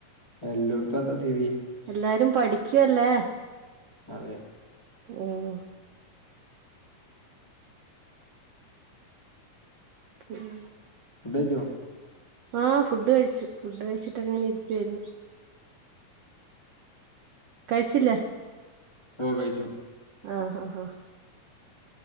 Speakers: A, on the left; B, on the right.
A: എല്ലോടുത്തും അതാ സ്ഥിതി
B: എല്ലാരും പഠിക്ക്യല്ലേ
A: അതെ
B: ഉം ഉം
A: ഫുഡ്ഡയിച്ചൊ
B: ആഹ് ഫുഡ്ഡ് കഴിച്ചു ഫുഡ്ഡ് കഴിച്ചിട്ടൊക്ക ഇങ്ങനെ ഇരിക്കുവാരുന്നു കഴിച്ചില്ലെ
A: ഓഹ് കഴിച്ചു
B: ആഹ് ആഹ് ആഹ്